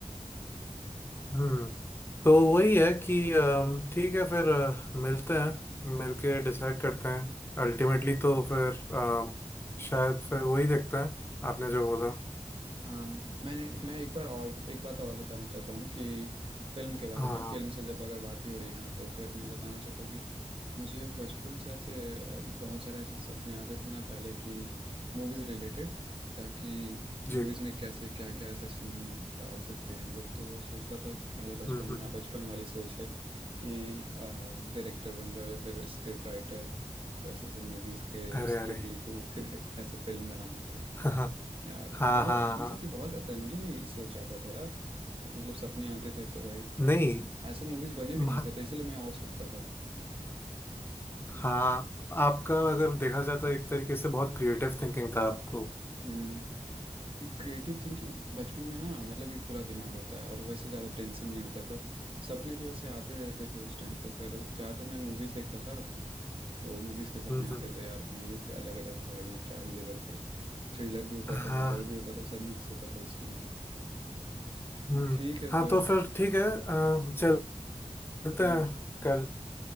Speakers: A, on the left; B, on the right.
A: हम्म तो वही है कि अम, ठीक है फिर अ, मिलते हैं मिलके डिसाइड करते हैं अल्टीमेटली तो फिर अम, शायद फिर वही देखते हैं आपने जो बोला
B: हाँ मैंने मैं एक बार और एक बात और बताना चाहता हूँ कि फिल्म के बारे
A: हाँ
B: में
A: हाँ,
B: फिल्म से जब अगर बात ही हो रही ना तो फिर मैं बताना चाहता हूँ कि मुझे बचपन से ऐसे अ, बहुत सारे ऐसे सपने आते थे ना पहले कि मूवीज़ रिलेटेड ताकि
A: जी
B: मूवीज़ में कैसे क्या क्या ऐसे सीन डाल सकते हैं हम लोग तो वो सोचता था पहले बचपन
A: हम्म हम्म,
B: में ना
A: हम्म,
B: बचपन वाली सोच है कि डायरेक्टर बन जाओ या फिर स्क्रिप्ट राइटर तो ऐसे ऐसे मूवीज़ के
A: अरे
B: स्क्रिप्ट
A: अरे
B: लिखो <laughs> फिर ऐसे फिल्म बनाऊँ तो
A: <laughs> हाँ
B: यार
A: हाँ
B: बहुत मतलब
A: हाँ
B: कि बहुत अतरंगी सोच आता था यार मतलब सपने आते थे तो वही
A: नहीं
B: ऐसे मूवीज बने भी नहीं
A: हाँ
B: थे तो इसलिए मैं और सोचता था
A: हाँ आपका अगर देखा जाए तो एक तरीके से बहुत क्रिएटिव थिंकिंग था आपको
B: हम्म एक क्रिएटिव थिंकिंग बचपन में ना मतलब कि खुला दिमाग होता है और वैसे ज़्यादा टेंशन नहीं होता तो सपने भी वैसे आते रहते थे उस टाइम तो फिर ज़्यादातर मैं मूवीज़ देखता था तो मूवीज़ के सपने
A: हम्म
B: आते
A: हम्म,
B: थे यार मूवीज़ के अलग अलग भाई क्या ही लेवल के थ्रिलर भी होता
A: हाँ
B: था हॉरर भी होता था सब मिक्स होता था उसी में हम्म,
A: हम्म
B: ठीक है
A: हाँ
B: फिर
A: तो फिर ठीक है अ,
B: हाँ
A: चलते
B: हाँ
A: हैं कल